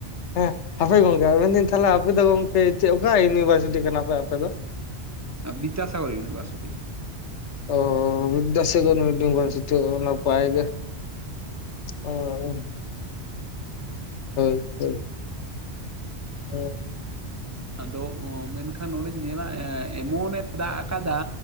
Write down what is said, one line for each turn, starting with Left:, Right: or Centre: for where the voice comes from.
Left: ᱦᱮᱸ ᱾ ᱦᱟᱯᱮ ᱜᱚᱝᱠᱮ ᱟ ᱢᱮᱱᱫᱟᱹᱧ ᱛᱟᱦᱚᱞᱮ ᱟᱯᱮ ᱫᱚ ᱜᱚᱝᱠᱮ ᱪᱮᱫ ᱚᱠᱟ ᱤᱭᱩᱱᱤᱵᱷᱟᱨᱥᱤᱴᱤ ᱠᱟᱱᱟ ᱯᱮ ᱟᱯᱮ ᱫᱚ?
Right: ᱵᱤᱫᱫᱟᱥᱟᱜᱚᱨ ᱤᱭᱩᱱᱤᱵᱷᱟᱨᱥᱤᱴᱤ ᱾
Left: ᱚ ᱵᱤᱫᱫᱟᱥᱟᱜᱚᱨ ᱤᱭᱩᱱᱤᱵᱷᱟᱨᱥᱤᱴᱤ ᱚ ᱱᱟᱯᱟᱭ ᱜᱮ ᱾ ᱚ, ᱦᱳᱭ ᱦᱳᱭ ᱾ ᱦᱮᱸ ᱾
Right: ᱟᱫᱚ ᱚ ᱢᱮᱱᱠᱷᱟᱱ ᱱᱚᱸᱰᱮᱧ ᱧᱮᱞᱟ ᱮ ᱮᱢᱚᱱᱮ ᱫᱟᱜ ᱟᱠᱟᱫᱟ